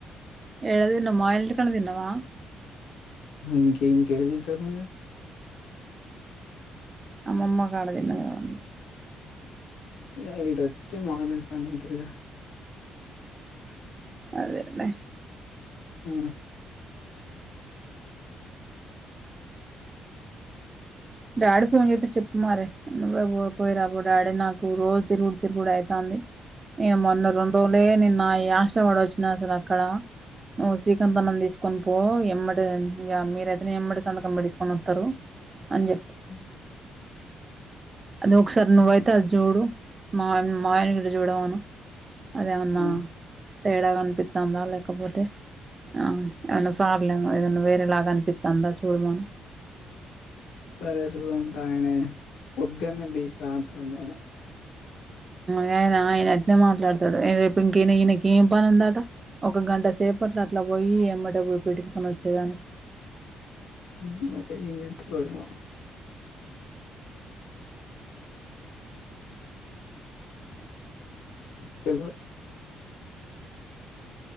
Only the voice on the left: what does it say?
ఇంక ఇంకడాతే చర్ముదే
ఇగ ఇటు వస్తే మామయుల్లా ఇంటికాడనే ఉంటదిగా
ఆ
అ <unintelligible>
ఆ
సరే చూడు ఉంటా ఆయన పొద్దున్నే తీసిరా అంటుండు ఆయనే
ఏం చేస్తాడో ఏమో తెలవదు